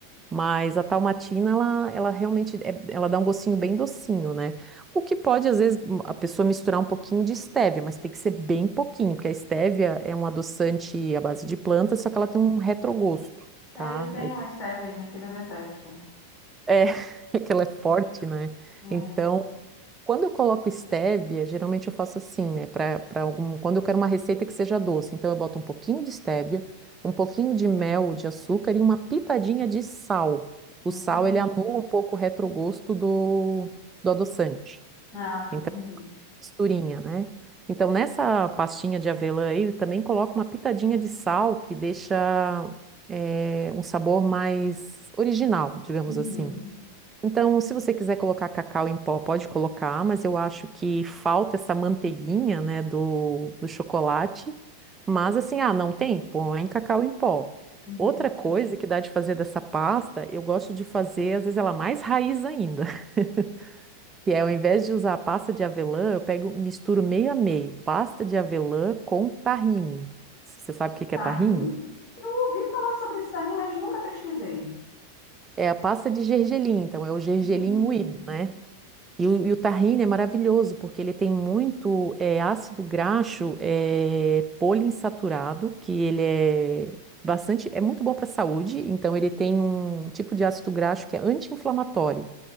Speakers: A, on the right; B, on the left.
A: Mas a Dalmatina, ela, ela realmente, é- ela dá um gostinho bem docinho, né? O que pode, às vezes, a pessoa misturar um pouquinho de estévia, mas tem que ser bem pouquinho, porque a estévia é um adoçante à base de plantas, só que ela tem um retrogosto, tá?
B: É, eu tenho
A: Aí...
B: a stevia, minha filha detesta.
A: É, <laughs> é que ela é forte, né?
B: É.
A: Então, quando eu coloco estévia, geralmente eu faço assim, né? Pra, pra algum, quando eu quero uma receita que seja doce, então eu boto um pouquinho de estévia, um pouquinho de mel, de açúcar e uma pitadinha de sal. O
B: Hum.
A: sal, ele anula um pouco o retrogosto do, do adoçante.
B: Ah,
A: Então,
B: entendi.
A: misturinha, né? Então, nessa pastinha de avelã aí, eu também coloco uma pitadinha de sal, que deixa, eh, um sabor mais original, digamos
B: Uhum.
A: assim. Então, se você quiser colocar cacau em pó, pode colocar, mas eu acho que falta essa manteiguinha, né, do, do chocolate. Mas assim, ah, não tem? Põe cacau em pó.
B: Uhum.
A: Outra coisa que dá de fazer dessa pasta, eu gosto de fazer, às vezes ela mais raiz ainda, <laughs> que é ao invés de usar a pasta de avelã, eu pego, misturo meio a meio, pasta de avelã com tahine. Você sabe o que que
B: Tahim?
A: é tahine?
B: Eu ouvi falar sobre esse tahim, mas nunca pesquisei.
A: É a pasta de gergelim, então é o gergelim
B: Hum,
A: moído, né? E o, e o tahine é maravilhoso, porque ele tem muito eh, ácido graxo eh, poliinsaturado, que ele é bastante, é muito bom para a saúde, então ele tem um tipo de ácido graxo que é anti-inflamatório.